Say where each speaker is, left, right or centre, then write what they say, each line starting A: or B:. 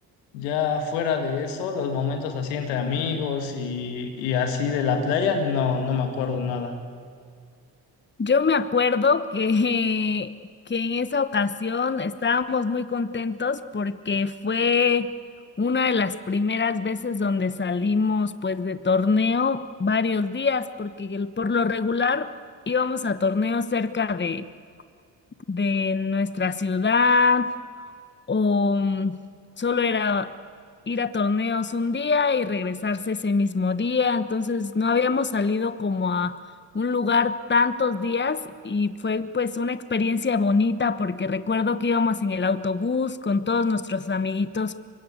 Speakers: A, on the left; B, on the left.
A: ya fuera de eso, los momentos así entre amigos y, y así de la playa, no, no me acuerdo nada.
B: Yo me acuerdo que, <laughs> que en esa ocasión estábamos muy contentos porque fue una de las primeras veces donde salimos pues de torneo varios días, porque el- por lo regular íbamos a torneos cerca de, de nuestra ciudad o mm, solo era ir a torneos un día y regresarse ese mismo día, entonces no habíamos salido como a un lugar tantos días y fue pues una experiencia bonita porque recuerdo que íbamos en el autobús con todos nuestros amiguitos